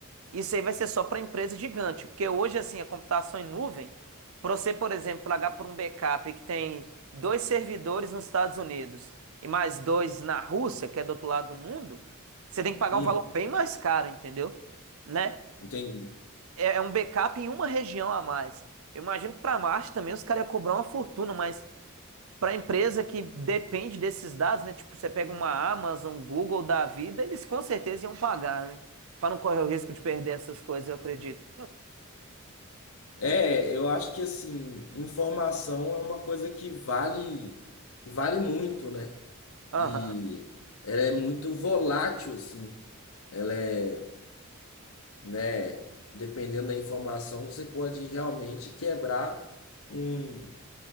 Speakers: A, on the right; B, on the left.
A: isso aí vai ser só para empresa gigante, porque hoje, assim, a computação em nuvem, para você, por exemplo, pagar por um backup que tem dois servidores nos Estados Unidos e mais dois na Rússia, que é do outro lado do mundo, você tem que pagar
B: Hum,
A: um valor bem mais caro, entendeu? Né?
B: entendi.
A: É é um backup em uma região a mais. Eu imagino que para Marte também os caras iam cobrar uma fortuna, mas para a empresa que depende desses dados, né? Tipo, você pega uma Amazon, Google da vida, eles com certeza iam pagar, né? Para não correr o risco de perder essas coisas, eu acredito.
B: É, eu acho que assim, informação é uma coisa que vale, que vale muito, né?
A: Aham.
B: E ela é muito volátil, assim. Ela é, né, dependendo da informação, você pode realmente quebrar um